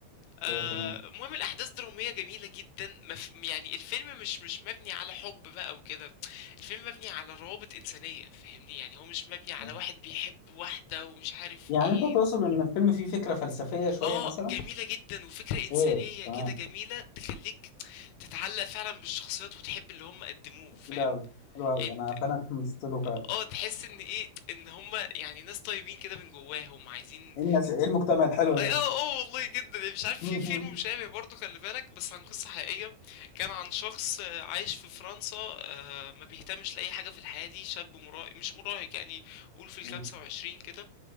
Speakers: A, on the left; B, on the left.
A: آه،
B: كده تمام
A: المهم آه الاحداث دراميه جميله جدا مف... يعني الفيلم مش مش مبني على حب بقى وكده الفيلم مبني على روابط انسانيه فاهمني يعني هو مش مبني على
B: مم.
A: واحد بيحب واحده ومش عارف
B: يعني
A: ايه
B: انت تقصد ان الفيلم فيه فكرة فلسفية شوية
A: اه
B: مثلا؟
A: جميلة جدا وفكرة إنسانية
B: ايه تمام
A: كده جميلة تخليك تتعلق فعلا بالشخصيات وتحب اللي هم قدموه فاهم
B: كده أوي. حلو قوي
A: يعني
B: انا
A: انت-
B: فعلا اتحمست له فعلا
A: اه تحس ان ايه ان هم يعني ناس طيبين كده من جواهم عايزين
B: ايه الناس ايه المجتمع الحلو ده؟
A: اه اه آه، والله جدا يعني مش عارف في
B: <laughs>
A: فيلم
B: مم.
A: مشابه برضه خلي بالك بس عن قصة حقيقية كان عن شخص آه، عايش في فرنسا آه، ما بيهتمش لأي حاجة في الحياة دي شاب مراهق مش مراهق يعني قول في الخمسة
B: مم.
A: وعشرين كده